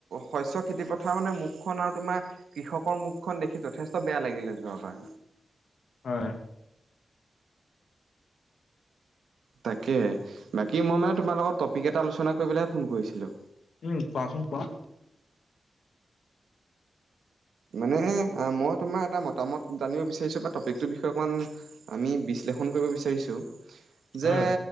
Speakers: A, on the right; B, on the left.
A: শস্য খেতি পথাৰ মানে মুখখন আৰু তোমাৰ কৃষকৰ মুখখন দেখি যথেষ্ট বেয়া লাগিলে যোৱা পা
B: হয়
A: তাকে বাকী মই মানে তোমাৰ লগত টপিক এটা আলোচনা কৰিবেলহে ফোন কৰিছিলোঁ।
B: উম কোৱাচোন কোৱা?
A: মানে মই তোমাৰ এটা মতামত জানিব বিচাৰিছো বা টপিকৰ বিষয়ে অকণমান আমি বি- বিশ্লেষণ কৰিব বিচাৰিছোঁ যে
B: হয়